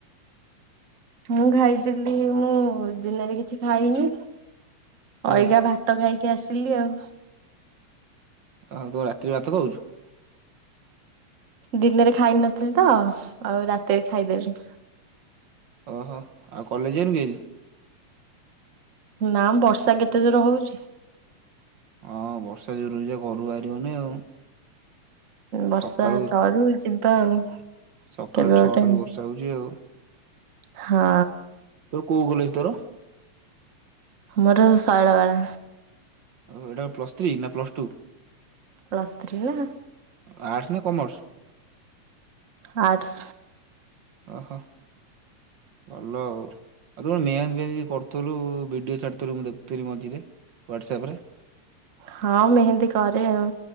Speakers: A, on the right; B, on the right.
A: ମୁଁ ଖାଇଥିଲି ମୁଁ ଦିନରେ କିଛି ଖାଇନି।
B: ହଁ
A: ଅଇଗା ଭାତ ଖାଇକି ଆସିଲି ଆଉ।
B: ଓ ତୁ ରାତିି ରେ ଭାତ ଖାଉଚୁ?
A: ଦିନରେ ଖାଇ ନଥିଲି ତ ଆଉ ରାତିରେ ଖାଇଦେଲି।
B: ଓହୋ ଆଉ କଲେଜ ଯାଇନୁ କି ଆଜି?
A: ନା ବର୍ଷା କେତେ ଜୋରେ ହଉଚି?
B: ହଁ ବର୍ଷା ଜୋରେ ହଉଚି ପା ଘରୁ ବାହାରିହଉନି ଆଉ।
A: ବର୍ଷା
B: ସକାଳୁ
A: ସରୁ ଯିବା ଆଉ।
B: ସକାଳ
A: କେବେ ଗୋଟେ
B: ଛଅଟା ରୁ ବର୍ଷ ହଉଚି ଆଉ
A: ହଁ
B: ତୋର କୋଉ କଲେଜ୍? ତୋର?
A: ମୋର ଶୈଳବାଳା।
B: ଓ ଏଇଟା ପ୍ଲସ୍ ଥ୍ରୀ ନା ପ୍ଲସ୍ ଟୁ?
A: ପ୍ଲସଥ୍ରୀ ହେଲା।
B: ଆଟ୍ସେ ନା କମର୍ସ?
A: ଆର୍ଟସ୍।
B: ଓହୋ ଭଲ ଆଉ। ଆଉ ତୁ ପା ମେହେନ୍ଦି ଫେହେନ୍ଧି କରିୁଥିଲୁ ଭିଡିଓ ଛାଡିଥିଲୁ ମୁଁ ଦେଖୁଥିଲି ମଝିରେ। ହ୍ୱାଟ୍ସଆପ ରେ
A: ହଁ ମେହେନ୍ଦୀ କରେ ଆଉ